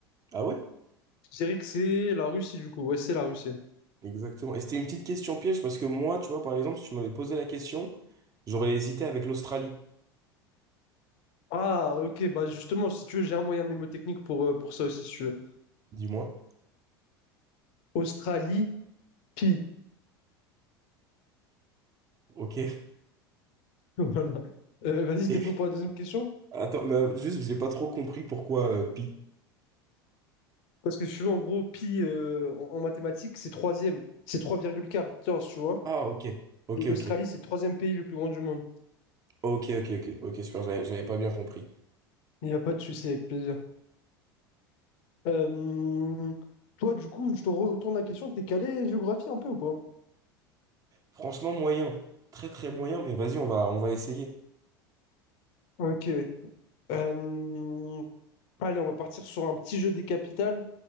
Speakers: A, on the right (about 30°); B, on the left (about 50°).
A: Ah ouais?
B: Je dirais que c'est la Russie, du coup. Ouais, c'est la Russie.
A: Exactement. Et c'était une petite question piège parce que moi, tu vois, par exemple, si tu m'avais posé la question, j'aurais hésité avec l'Australie.
B: Ah, ok, bah justement, si tu veux, j'ai un moyen mnémotechnique pour, euh, pour ça aussi, si tu veux.
A: Dis-moi.
B: Australie, pi. <laughs>
A: Ok. <laughs>
B: Voilà. Euh, vas-y,
A: Et
B: t'es prêt pour la deuxième question?
A: attends, mais euh, juste, j'ai pas trop compris pourquoi euh, pi.
B: Parce que si tu veux, en gros, pi euh, en, en mathématiques, c'est troisième. C'est trois virgule quatorze tu vois.
A: Ah, ok. Ok,
B: Et l'Australie,
A: ok.
B: c'est le troisième pays le plus grand du monde.
A: Ok, ok, ok. Ok, super, j'avais j'avais pas bien compris.
B: Il n'y a pas de souci, avec plaisir. Euh, toi, du coup, je te retourne la question. T'es calé géographie un peu ou pas?
A: Franchement, moyen. Très, très moyen, mais vas-y, on va, on va essayer.
B: Ok. oui. Euh, allez, on va partir sur un petit jeu des capitales.